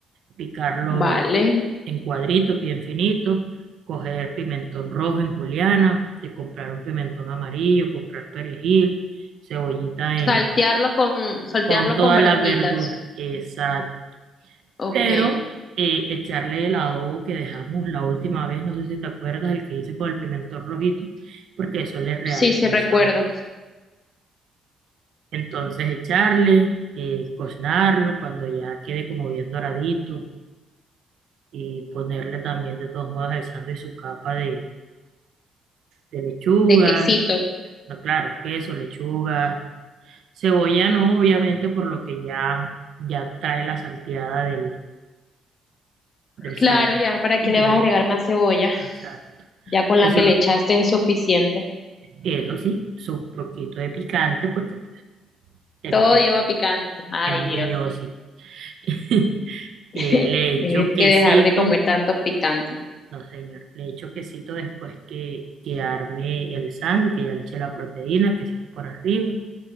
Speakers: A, on the right (about 70°); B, on the left (about 40°).
A: picarlo
B: Vale.
A: en cuadritos bien finitos, coger pimentón rojo en juliana, de comprar un pimentón amarillo, comprar perejil, cebollita
B: Saltearlo
A: en,
B: con, saltearlo
A: con todas
B: con verduritas.
A: las verduras, exacto,
B: Ok.
A: pero eh, echarle el adobo que dejamos la última vez, no sé si te acuerdas, el que hice con el pimentón rojito, porque eso le realza
B: Sí, sí recuerdo.
A: el sabor. Entonces echarle, eh, cocinarlo cuando ya quede como bien doradito y ponerle también de todos modos el sándwich su capa de, de lechuga,
B: De quesito.
A: no, claro, queso, lechuga, cebolla no, obviamente por lo que ya, ya trae la salteada del, del
B: Claro,
A: sándwich,
B: ya, ¿para
A: del,
B: qué le vas a agregar más cebolla?
A: del sándwich.
B: Ya con la
A: Eso,
B: que le echaste es suficiente.
A: eso sí, su poquito de picante porque es
B: Todo
A: mío,
B: lleva picante. Ay,
A: es mío
B: Dios.
A: sí. <laughs> Eh,
B: <laughs>
A: le echo
B: Tienes
A: quesito
B: que dejar de comer tanto picante.
A: No, señor. Le echo quesito después que, que arme el sándwich, que ya le eché la proteína, quesito por arriba.